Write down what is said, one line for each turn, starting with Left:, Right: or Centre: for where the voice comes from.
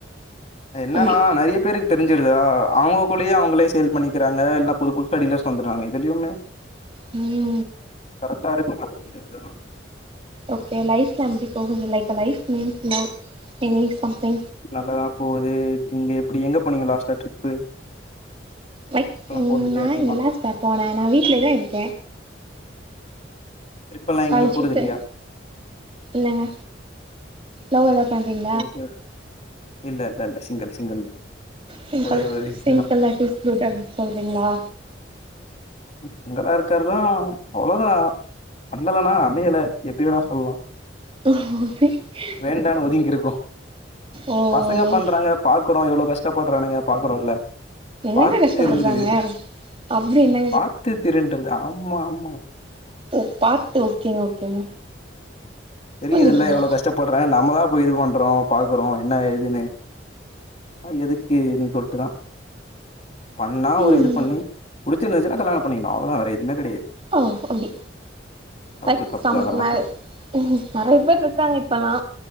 Left: அது என்னன்னா
Right: அப்டி
Left: நெறைய பேருக் தெரிஞ்சுருதா அவுங்கக்குள்ளயே அவுங்களே சேல் பண்ணிக்கிறாங்க எல்லா புது புதுசா டீலர்ஸ் வந்தட்றாங்க இதுலியுமே
Right: ம்
Left: கரெக்ட்டா இருக்க மாட்டிக்குது அதுதா
Right: ஓகே லைஃப்லா எப்டி போகுது லைக்க life means love any something
Left: நல்லாதா போகுது நீங்க எப்பிடி எங்க போனீங்க லாஸ்ட்டா ட்ரிப்பு
Right: லைக்
Left: இப்பலாம் போறது இல்லையா
Right: நான்
Left: டீமா?
Right: எங்க லாஸ்ட்டா போனே நா வீட்லே தா இருக்கே
Left: ட்ரிப்பெல்லாம் எங்கயுமே
Right: காலசிப்பு
Left: போறது இல்லையா?
Right: இல்லைங்க லவ் எதா பண்றீங்க
Left: சேர் சேரி இல்ல இல்ல இல்ல சிங்கிள் சிங்கிள்
Right: சிங்க்கள்
Left: ஒரே ஒரு இதுதான்.
Right: சிங்க்கள் லைஃப் இஸ் குட் அப்டின் சொல்றீங்களா
Left: ம் சிங்களா இருக்கற் தா அவ்ளோதா பண்ணலனா அமையல எப்டி வேணா சொல்லா
Right: <inaudible>
Left: வேண்டானு ஒதுங்கிருக்கோ
Right: ஓ
Left: பசங்க பண்றாங்க பாக்குறோ எவ்ளோ கஷ்டப்பட்றானுங்க பாக்குறோல்ல
Right: என்னங்க
Left: பாத்
Right: கஷ்டப்படுறாங்க
Left: தெரிஞ்சிடுது
Right: அப்டி என்ன
Left: பாத்து திருண்டர்து ஆமா ஆமா
Right: ஓ பாத்து ஓகேங் ஓகேங்க
Left: தெரியிதுல்ல
Right: புரிஞ்சுக்கிட்டேங்க
Left: எவ்ளோ கஷ்டப்பட்றாங்க நம்ம தா போய் இது பண்றோ பாக்குறோ என்ன ஏதுன்னு ஆ எதுக்குன் சொல்ட்டுதா பண்ணா ஒரு
Right: ம்
Left: இது பண்ணி புடிச்சிருந்துச்சின்னா கல்யாண பண்ணிக்கனு அவ்ளோ தா வேற எதுமே கெடையாத்
Right: ஓ அப்டி
Left: தப்பு
Right: பட்
Left: தப்பு
Right: சம்
Left: அதெல்லா
Right: நை
Left: தப்பு
Right: நெறைய பேர்ருக்காங்க இப்பெல்லா